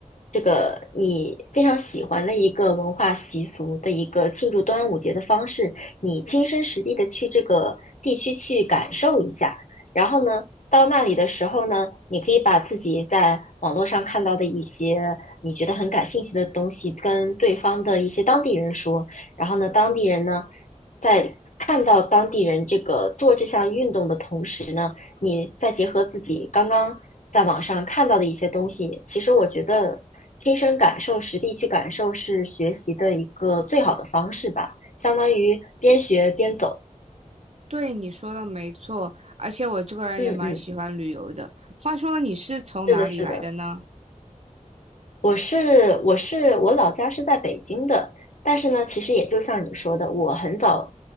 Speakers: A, on the left; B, on the right.
A: 这个你非常喜欢的一个文化习俗的一个庆祝端午节的方式，你亲身实地的去这个地区去感受一下，然后呢。到那里的时候呢，你可以把自己在网络上看到的一些你觉得很感兴趣的东西，跟对方的一些当地人说，然后呢，当地人呢，在看到当地人这个做这项运动的同时呢，你再结合自己刚刚在网上看到的一些东西，其实我觉得亲身感受、实地去感受是学习的一个最好的方式吧，相当于边学边走。
B: 对，你说的没错，而且我这个人也蛮喜欢旅游的。
A: 嗯嗯，
B: 话说，你是从哪里来的呢？
A: 是的，是的。我是我是我老家是在北京的，但是呢，其实也就像你说的，我很早